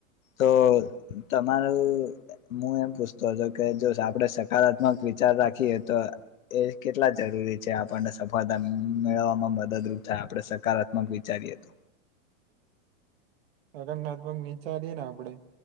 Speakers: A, on the left; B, on the right.
A: તો તમારું હું એમ પૂછતો હતો કે જો આપડે સકારાત્મક વિચાર રાખીએ તો એ કેટલા જરૂરી છે આપણને સફળતા મેળવવામાં મદ મદદરૂપ થાય આપણે સકારાત્મક વિચારીએ તો?
B: હકારાત્મક વિચારીએ ને આપડે